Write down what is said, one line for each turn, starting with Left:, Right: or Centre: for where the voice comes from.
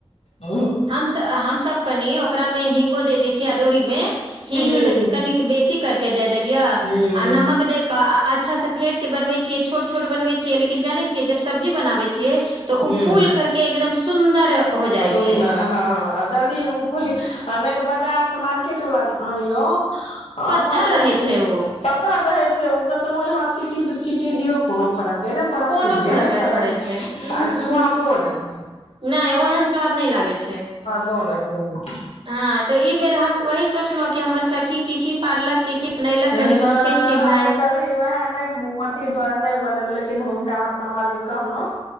Left: बिरंग
Right: हम सब हम सब कनि ओकरा मे हिंग हिगो दैत छी अदौरी मे हींग
Left: हूँ
Right: कनिक बेसी करके दे देलिय
Left: हूँ
Right: आ नमक दे के अच्छा से फेट के बनवे छीयै छोट छोट बने छियै छिय लेकिन जानै छियै जब सब्जी बनाबै छियै तऽ
Left: हूँ
Right: ओ फूल करके एकदम सुन्दर हो जाइ
Left: सुन्दर
Right: छै
Left: हँ जल्दी ओ खोल ह नहि तऽ बजार से मार्केट वाला जे अनियौ अहाँके
Right: पत्थर रहै छै ओ
Left: पतर रहै छै कतनो आहाँ सिटी पर सिटी दियो कोनो फरके फरके नय पड़त
Right: कोनो
Left: सिझबे
Right: फरक
Left: नहि करत
Right: पड़ै
Left: आ
Right: छै उहूं
Left: कोनो स्वादो
Right: उहूं
Left: नइ
Right: नहि ओहन स्वाद नय लागे छै
Left: <unintelligible>
Right: हँ तऽ ई बेर हम वही सोचलहुँ कि हमर सखी की की पारलक कि की बनैलक
Left: न
Right: कनि पूछै छी
Left: हमे
Right: भाय
Left: तभी वएह नहि अथी द्वारा नहि बनेलौं लेकिन हुनका अपना मालिक कहलहु